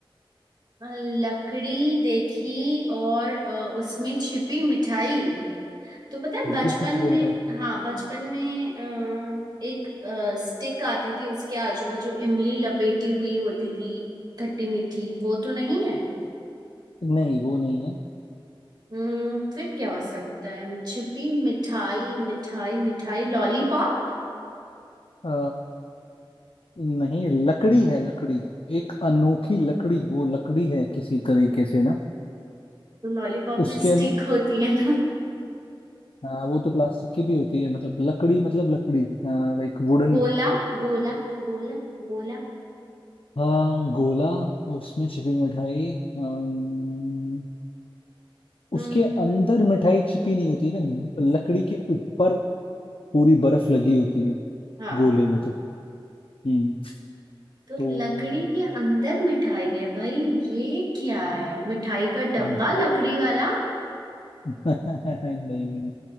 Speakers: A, on the right; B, on the left.
A: अ, लकड़ी देखी और अ, उसमें छिपी मिठाई तो पता है बचपन
B: जिसमें छिपी मिठाई
A: में हाँ बचपन में अ, एक स्टिक आती थी उसके आजू बाजू इमली लपेटी हुई होती थी खट्टी मीठी वो तो नहीं है
B: नहीं वो नहीं है
A: हम्म फिर क्या हो सकता है छिपी मिठाई मिठाई मिठाई लॉलीपॉप
B: अ, नहीं लकड़ी है लकड़ी एक अनोखी लकड़ी वो लकड़ी है किसी तरीके से ना
A: तो लॉलीपॉप
B: उसके
A: में स्टिक
B: अं-
A: होती है ना
B: हाँ वो तो प्लास्टिक की भी होती है मतलब लकड़ी मतलब लकड़ी लाइक वुडन
A: गोला गोला गोला गोला
B: हाँ गोला उसमें छिपी मिठाई अम,
A: हम्म
B: उसके अंदर मिठाई छिपी नहीं होती ना लकड़ी के ऊपर पूरी बर्फ लगी होती है
A: हाँ
B: गोले में तो हम्म
A: तो
B: तो
A: लकड़ी के अंदर मिठाई है भाई ये क्या है मिठाई का डब्बा
B: हम्म,
A: लकड़ी वाला
B: <laughs> नहीं नहीं